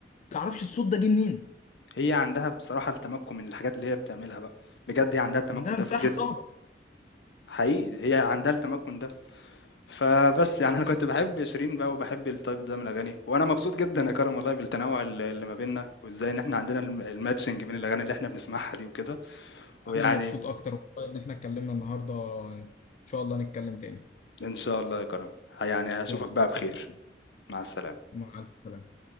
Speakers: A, on the left; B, on the left.
A: تعرفش الصوت ده جه منين
B: هي عندها بصراحة التمكن من الحاجات اللي هي بتعملها بقى بجد هي عندها التمكن
A: عندها
B: ده
A: مساحه
B: جدا
A: صعبه
B: حقيقي هي عندها التمكن ده فبس يعني أنا كنت بحب شيرين بقى وبحب التايب ده من الأغاني وأنا مبسوط جدا يا كرم والله بالتنوع الل- اللي ما بيننا وإزاي إن إحنا عندنا الم- الماتشنج بين الأغاني اللي إحنا بنسمعها دي وكده ويعني
A: انا مبسوط اكتر والله ان احنا اتكلمنا النهارده ان شاء الله نتكلم تاني
B: إن شاء الله يا كرم يعني أشوفك
A: يلا مع
B: بقى بخير
A: السلامة.
B: مع السلامة
A: مع الف سلامة